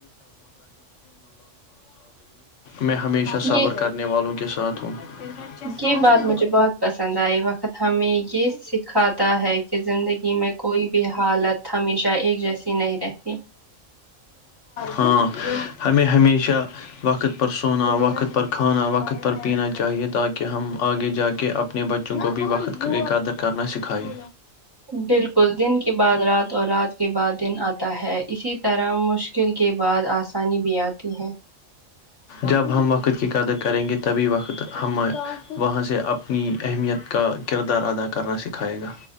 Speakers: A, on the left; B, on the right.
A: میں ہمیشہ صبر
B: یہ
A: کرنے والوں کے ساتھ ہوں
B: یہ
A: اچھا
B: بات مجھے بہت پسند آئی وقت ہمیں یہ سکھاتا ہے کہ زندگی میں کوئی بھی حالت ہمیشہ ایک جیسی نہیں رہتی
A: ہاں ہمیں ہمیشہ وقت پر سونا وقت پر کھانا وقت پر پینا چاہیے تاکہ ہم آگے جا کے اپنے بچوں کو بھی وقت کی قدر کرنا سکھائیں
B: بالکل دن کے بعد رات اور رات کے بعد دن آتا ہے اسی طرح مشکل کے بعد آسانی بھی آتی ہے
A: جب ہم وقت کی قدر کریں گے تبھی وقت ہم وہاں سے اپنی اہمیت کا کردار ادا کرنا سکھائے گا